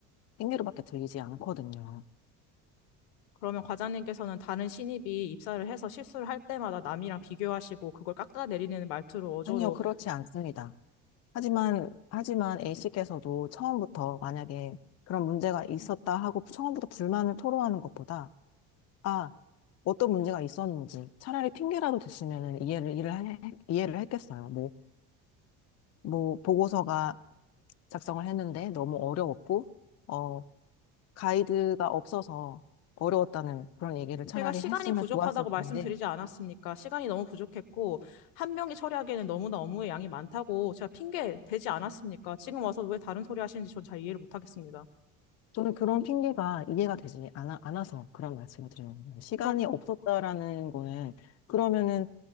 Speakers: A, on the left; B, on the left.
A: 핑계로밖에 들리지 않거든요.
B: 그러면 과장님께서는 다른 신입이 입사를 해서 실수를 할 때마다 남이랑 비교하시고 그걸 깎아내리는 말투로 어조로
A: 아니요, 그렇지 않습니다. 하지만, 하지만 A씨께서도 처음부터 만약에 그런 문제가 있었다 하고 처음부터 불만을 토로하는 것보다, 아, 어떤 문제가 있었는지 차라리 핑계라도 됐으면 이해를, 이해를, 하- 이해를 했겠어요. 뭐, 뭐, 보고서가 작성을 했는데 너무 어려웠고, 어, 가이드가 없어서 어려웠다는 그런 얘기를 차라리
B: 제가 시간이
A: 했으면
B: 부족하다고
A: 좋았을
B: 말씀드리지
A: 텐데,
B: 않았습니까? 시간이 너무 부족했고 한 명이 처리하기에는 너무나 업무의 양이 많다고 제가 핑계 대지 않았습니까? 지금 와서 왜 다른 소리 하시는지 전 잘 이해를 못하겠습니다.
A: 저는 그런 핑계가 이해가 되지 않아, 않아서 그런 말씀을 드리는 거예요. 시간이
B: 그럼
A: 없었다라는 거는 그러면은